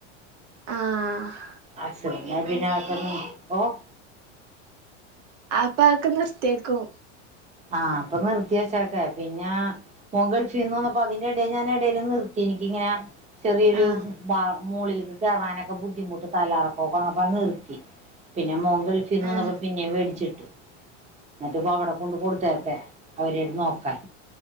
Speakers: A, on the right (about 85°); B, on the right (about 20°).
A: ആഹ
B: ആക്‌സിഡന്റ്ആയ പിന്നെ അതോക്കെ നിർ ഓഹ്
A: ആപ്പ ആക്കെ നിർത്തിയെക്കും
B: ആഹ് അപ്പൊ നിർത്തിയ വച്ചക്കെ പിന്നെ മോൻ ഗൾഫിന്ന് വന്നപ്പ അതിന്റെ ഇടൽ ഞാൻ ഇടലും നിർത്തി എനിക്കിങ്ങനെ ചെറിയൊരു
A: ആഹ്
B: മാ മുകളിലക്ക് കേയറാനൊക്കെ ബുദ്ധിമുട്ട് തലാക്കറക്കെന്നപ്പ നിർത്തി പിന്നെ മോൻ ഗൾഫിന്ന് വന്നപ്പോ
A: ആഹ്
B: പിന്നെയും മേടിച്ചിട്ട് എന്നിട്ട് പ്പവടേ കൊണ്ട് കൊടുത്തേക്കെ അവരട് നോക്കാൻ